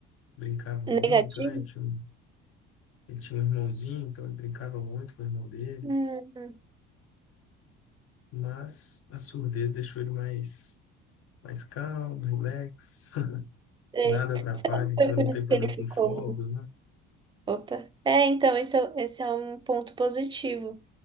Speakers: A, on the left; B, on the right.
A: brincava
B: Negativo?
A: muito, né? Ele tinha, um- ele tinha um irmãozinho, então ele brincava muito com o irmão dele.
B: Hum,
A: Mas a surdez deixou ele mais, mais calmo, relax, <laughs>
B: sei.
A: nada atrapalha,
B: Será que foi
A: então ele
B: por
A: não
B: isso
A: tem problema
B: que ele ficou
A: com fogos, né?
B: Opa. É, então, isso, é- esse é um ponto positivo.